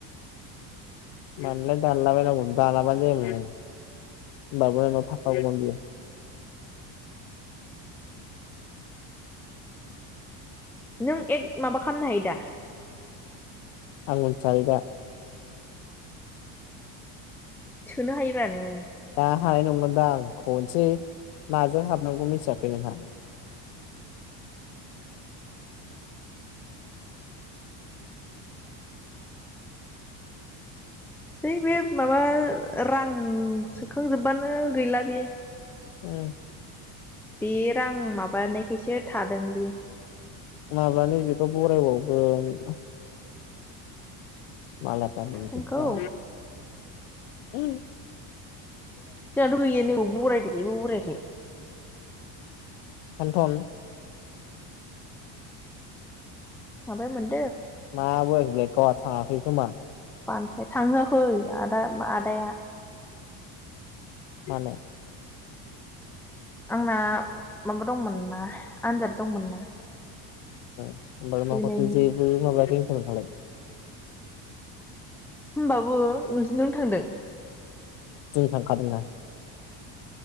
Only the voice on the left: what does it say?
मानोलाय दानलाबायनांगौ दानाबानो जायोमोन ना नों होनबाबो नोंनाव थाखागौमोन बियो।
आं मोनथियालै दा।
दा हानाय नंलादां खनसे माजों हाबनांगौ मिथियाखै नोंहा?
उम
माब्लानो जेखौ बरायबावगोन। मालायफ्रा मोनजोबबाय।
उम
इखौथन
मा बोयाखै बेलाय गावहा थाङाखै खोमा?
मानो?
उ होमबालाय
माखौथ' जेबो माबाखै होनखो नोंहालाय
जों थांखादोंना